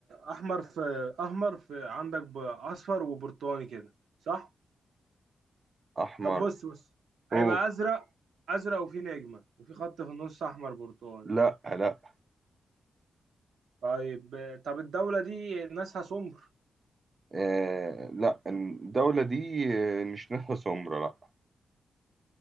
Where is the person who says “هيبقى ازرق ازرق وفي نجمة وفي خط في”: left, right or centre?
Right